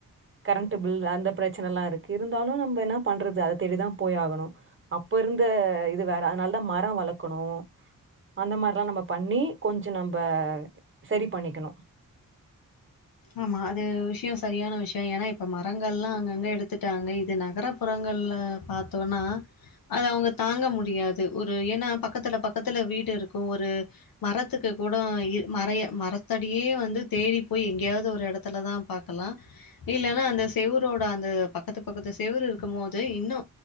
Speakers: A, on the right (about 35°); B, on the left (about 80°).
A: கரண்ட்ட் பில் அந்த பிரச்சனைலா இருக்கு இருந்தாலு நம்ப என்னா பண்றது அத தேடி தா போய் ஆகணு அப்ப இருந்த இது வேற அதனாலதா மர வளக்கணு அந்த மாறிலா நம்ம பண்ணி கொஞ்ச நம்ம சரி பண்ணிக்கணு
B: ஆமா அது விஷ்யோ சரியான விஷ்ய ஏன்னா இப்போ மரங்கள்லா அங்கங்க எடுத்துட்டாங்க இது நகர நகர புறங்கள்ல பாத்தோன்னா அது அவங்க தாங்க முடியாது ஒரு ஏன்னா பக்கத்துல பக்கத்துல வீடு இருக்கு ஒரு மரத்துக்கு கூட இ மரத்தடியே வந்து தேடி போய் எங்கயாவது ஒரு எடத்துல தா பாக்கலா இல்லன்னா அந்த செவுரோட அந்த பக்கத்து பக்கத்து செவுரு இருக்கும் போது இன்னு